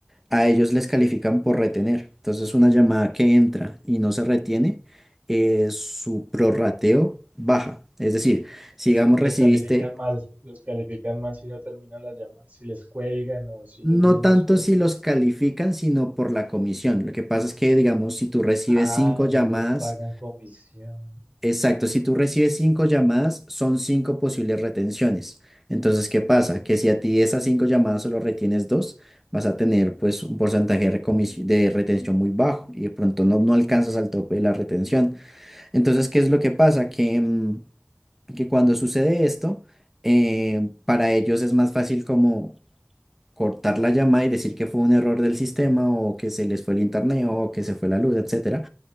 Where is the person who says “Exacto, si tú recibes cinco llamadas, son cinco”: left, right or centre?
Centre